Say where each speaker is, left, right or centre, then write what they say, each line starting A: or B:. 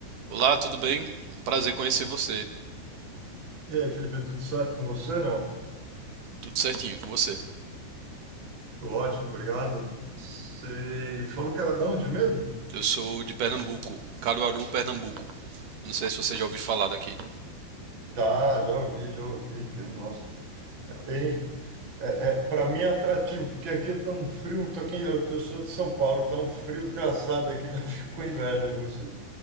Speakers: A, on the right; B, on the right.
A: Olá, tudo bem? Um prazer conhecer você.
B: E aí, Felipe, é tudo certo com você? Não?
A: Tudo certinho com você.
B: Tudo ótimo, obrigado. Você falou que era de onde mesmo?
A: Eu sou de Pernambuco, Caruaru, Pernambuco. Eu não sei se você já ouviu falar daqui.
B: Já, já ouvi, já ouvi. que- Nossa, é bem. É, para mim é atrativo, porque aqui é tão frio. Tô aqui, eu, eu sou de São Paulo, tá um frio desgraçado aqui, <laughs> já fico com inveja de você.